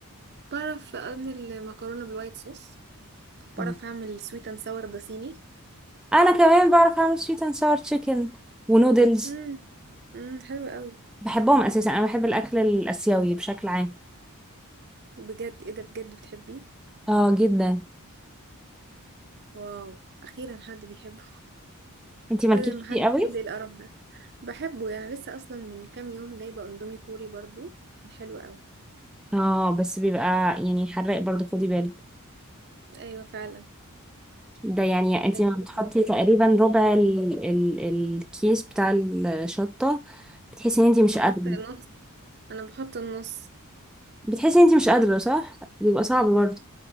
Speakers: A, on the right; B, in the centre.
A: بعرف أعمل مكرونة بالوايت صوص بعرف
B: مم.
A: أعمل سويت أند ساور ده صيني
B: انا كمان بعرف اعمل سويت اند ساور تشيكن ونودلز
A: مم. مم. حلوة أوي
B: بحبهم اساسا انا بحب الاكل الاسيوي بشكل عام
A: بجد ايه ده بجد بتحبيه
B: اه جدا
A: واو أخيرا حد بيحب
B: انتي مالكيش
A: بدل ما حد
B: فيه قوي
A: يقول لي القرف ده بحبه يعني لسه اصلا من كام يوم جايبه اندومي كوري برضو كان حلو قوي
B: اه بس بيبقى يعني حراق برضو خدي بالك
A: ايوه فعلا
B: ده يعني انتي
A: كان
B: ما
A: حلو
B: بتحطي
A: قوي.
B: تقريبا ربع ال ال الكيس بتاع الشطة بتحسي ان انتي مش
A: بحط
B: قادرة
A: النص انا بحط النص
B: بتحسي ان انتي مش قادرة صح بيبقى صعب برضو